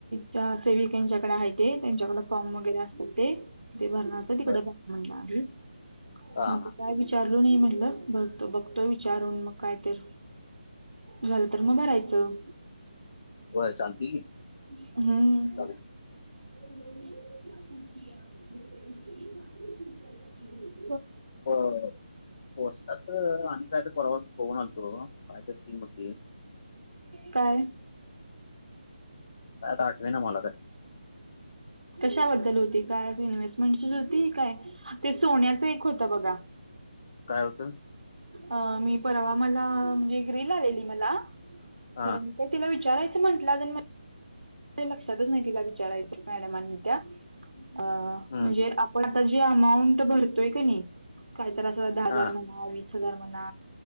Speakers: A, on the right (about 75°); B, on the left (about 35°).
A: त्या सेविकेंच्याकडे आहे ते त्यांच्याकडे फॉर्म वगैरे असतात ते ते भरणार तिकड
B: बर
A: बघा म्हणलं आम्ही
B: हा
A: मग
B: हा
A: ते काय विचार मी म्हणलं बघ बघतो विचारून मग कायत र झालं तर मग भरायचं
B: व्हय चालतय की
A: हम्म.
B: चालेल.
A: <unintelligible>
B: ह पोशटाच आणि काय त परवा मी बघून आलतो काय तर स्कीम अ काय
A: काय
B: आता आठवेना मला का <inaudible>
A: कशाबद्दल होती काय इन्व्हेस्टमेंटचीच होती काय ते सोन्याचं एक होतं बघा
B: काय होतं?
A: अ मी परवा मला म्हणजे रील आलेली मला
B: हा
A: खरं मी काय तिला विचारायचं म्हटल लक्षातच तिला विचारायच मॅडमानी त्या अ
B: हम्म
A: म्हणजे आपण आता जी अमाऊंट भरतोय कणी काहीतर असं दहा हजार
B: हा
A: म्हणा वीस हजार म्हणा